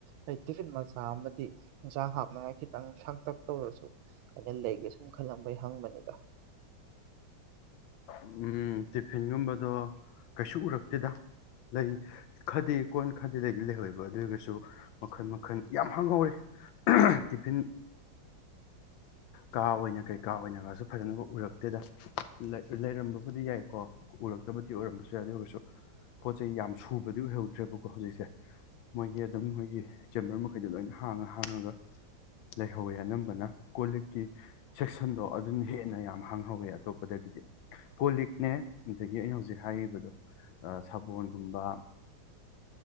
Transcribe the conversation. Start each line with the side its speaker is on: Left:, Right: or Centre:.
Right: ꯑ ꯇꯤꯐꯤꯟ ꯃꯆꯥ ꯑꯃꯗꯤ ꯌꯦꯟꯁꯥꯡ ꯍꯥꯞꯅꯉꯥꯏ ꯈꯤꯇꯪ ꯁꯥꯡꯇꯛ ꯇꯧꯔꯁꯨ ꯑꯩꯅ ꯂꯩꯒꯦ ꯁꯨꯝ ꯈꯜꯂꯝꯕꯩ ꯍꯪꯕꯅꯤꯒ
Left: ꯎꯝ ꯇꯤꯐꯤꯟꯒꯨꯝꯕꯗꯣ ꯀꯩꯁꯨ ꯎꯔꯛꯇꯦꯗ ꯂꯩ ꯈꯗꯦ ꯀꯣꯟ ꯈꯗꯤ ꯂꯩꯗꯤ ꯂꯩꯍꯧꯋꯦꯕ ꯑꯗꯨꯔꯒꯁꯨ ꯃꯈꯟ ꯃꯈꯜ ꯌꯥꯝ ꯍꯥꯡꯍꯧꯔꯦ ꯇꯤꯐꯤꯟ ꯀꯥ ꯑꯣꯏꯅ ꯀꯩꯀꯥ ꯑꯣꯏꯅꯒꯁꯨ ꯐꯖꯅꯅꯕꯨ ꯎꯔꯛꯇꯦꯗ ꯂꯩꯔꯝꯕꯕꯨꯗꯤ ꯌꯥꯏꯀꯣ ꯎꯔꯛꯇꯕꯗꯤ ꯑꯣꯏꯔꯝꯕꯁꯨ ꯌꯥꯏ ꯑꯗꯨ ꯑꯣꯏꯔꯁꯨ ꯄꯣꯠ ꯆꯩ ꯌꯥꯝ ꯁꯨꯕꯗꯤ ꯑꯣꯏꯍꯧꯗ꯭ꯔꯦꯕꯀꯣ ꯍꯧꯖꯤꯛꯁꯦ ꯃꯣꯏꯒꯤ ꯑꯗꯨꯝ ꯃꯣꯏꯒꯤ ꯆꯦꯝꯕꯔ ꯃꯈꯩꯗ ꯂꯣꯏꯅ ꯍꯥꯡꯉ ꯍꯥꯡꯉꯒ ꯂꯩꯍꯧꯋꯦ ꯑꯅꯝꯕꯅ ꯀꯣ ꯂꯤꯛꯀꯤ ꯁꯦꯛꯁꯟꯗꯣ ꯑꯗꯨꯅ ꯍꯦꯟꯅ ꯌꯥꯝ ꯍꯥꯡꯍꯧꯋꯦ ꯑꯇꯣꯞꯄꯗꯒꯤꯗꯤ ꯄꯣ ꯂꯤꯛꯅꯦ ꯑꯗꯒꯤ ꯑꯩꯅ ꯍꯧꯖꯤꯛ ꯍꯥꯏꯔꯤꯕꯗꯣ ꯁꯥꯕꯣꯟꯒꯨꯝꯕ